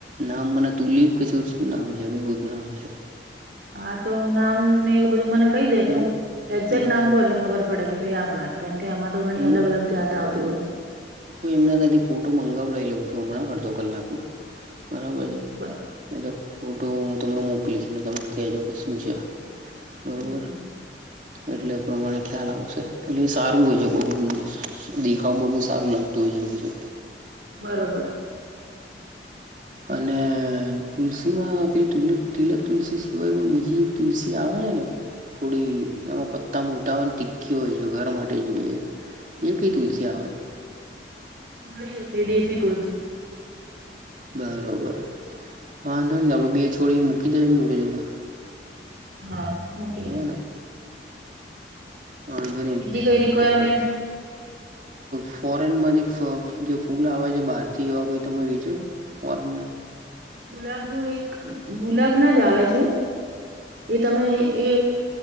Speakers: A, on the right; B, on the right.
A: નામ મ તુલીપ કશોર શું નામ છે એવું જ નામ છે
B: હા તો નામ ને એવ બધું મને કહી દેજો
A: ફૂલ
B: એક્ઝેક્ટ
A: હમ્મ
B: નામ કહો એટલે ખબર પડે કે ભાઈ આ પ્લાન્ટ કેમ કે આમાં તો ઘણી
A: હું
B: અલગ અલગ જાત આવતી હોય છે
A: હું એમના તાતી ફોટો મંગાવડાાવ લઉં છું હમણાં અડધો કલાકમાં બરાબર
B: હમ
A: છે
B: બ-
A: એલો ફોટો હું તમને મોક મોકલી છે તમને કહેજો કે શું છે બરોબર
B: હમ હમ.
A: એટલે એ પ્રમાણે ખ્યાલ આવશે એટલે એ સારું હોય છે બહુ દેખાવ બહુ સારું લાગતું હોય છે એવું છે
B: બરોબર
A: અને તુલસી માં પેલી તુલક તિલક તુલસી સિવાય પણ બીજી એક તુલસી આવે છે ને થોડી એમાં પત્તા મોટાવાને તીકી હોય છે ઘર માટે જોઈએ છે એક કઈ તુલસી આવેય
B: મળી જશે દેશી તુલસી
A: બરાબર વાંધો નહી આપણે બે છોડે એ મૂકી દેજ ને જોડે જોડે
B: હા મૂકી
A: હો
B: દેશુ
A: ને વાંધો
B: બીજી કઈ રિક્વાયરમેન્ટ
A: ફોરેન માંથી જે ફૂલ આવે છે બહારથી એવા કોઈ તમે વેચો છો ફોરન
B: ગુલાબ ન એક ગુલાબ ના જ આવે છે એ તમે એ